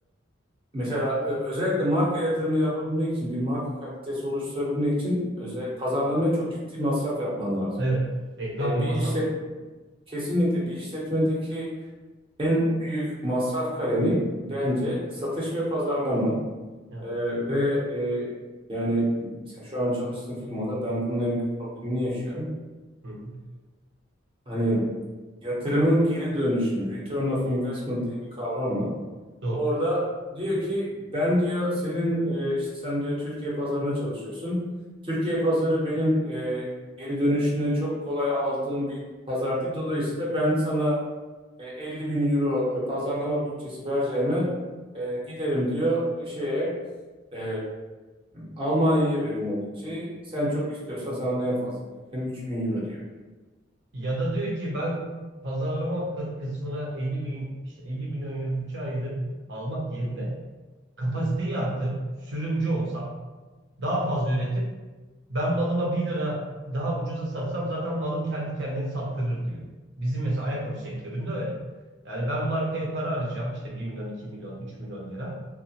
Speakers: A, on the right; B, on the right.
A: mesela ö- özellikle marka yatırımı yapabilmek için bir marka kalitesi oluşturabilmek için özel pazarlamaya çok ciddi masraf yapman lazım.
B: evet, reklam
A: E,
B: ve
A: bir
B: pazarlama.
A: işlet kesinlikle bir işletmedeki en büyük masraf kalemi bence satış ve pazarlama.
B: Yani,
A: E, ve e, yani mesela şu an çalıştığım firmada ben bunun en büyük problemini yaşıyorum.
B: hı hı,
A: Hani yatırımın geri dönüşümü, return of investment diye bir kavram var.
B: doğru.
A: Orada diyor ki ben diyor senin e, işte sen diyor Türkiye pazarına çalışıyorsun. Türkiye pazarı benim e, geri dönüşünü çok kolay aldığım bir pazar değil. Dolayısıyla ben sana e, 50 bin euro e, pazarlama bütçesi vereceğime e, giderim diyor e, şeye e, Almanya'ya veririm o bütçeyi. Sen çok istiyorsan sana da en fazla vereceğim 3000 euro diyor.
B: Ya da diyor ki ben pazarlama kı- kısmına 50 bin, işte 50 milyon euro bütçe ayırıp almak yerine kapasiteyi arttırıp sürümcü olsam daha fazla üretip ben malıma bir lira daha ucuza satsam zaten malım kendi kendini sattırır diyor. Bizim mesela ayakkabı sektöründe öyle. Yani ben markaya para arayacağım işte bir milyon, iki milyon, üç milyon lira.